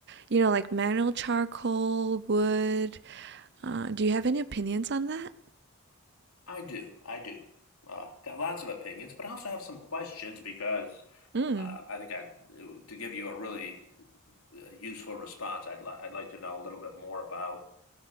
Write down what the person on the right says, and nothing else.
you know, like manual charcoal, wood? Uh, do you have any opinions on that?
Mm.